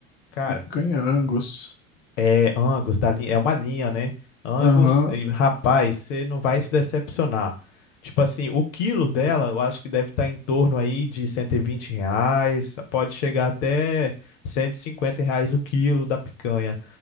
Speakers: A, on the left (about 60°); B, on the left (about 25°).
A: Cara,
B: picanha Angus.
A: é Angus, da linha, é uma linha, né? Angus,
B: Aham.
A: e, rapaz, você não vai se decepcionar. Tipo assim, o quilo dela, eu acho que deve estar em torno aí de 120 reais, pode chegar até 150 reais o quilo da picanha.